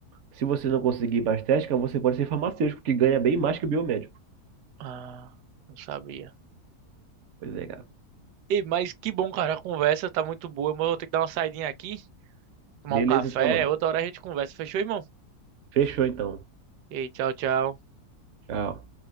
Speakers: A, on the right (about 65°); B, on the right (about 85°).
A: se você não conseguir mais técnica, você pode ser farmacêutico, que ganha bem mais que o biomédico.
B: Ah, não sabia.
A: Pois é, cara.
B: E, mas que bom, cara. A conversa tá muito boa, mas eu vou ter que dar uma saidinha aqui, tomar
A: Beleza,
B: um café.
A: então, mano.
B: Outra hora a gente conversa. Fechou, irmão?
A: Fechou, então.
B: E tchau, tchau.
A: Tchau.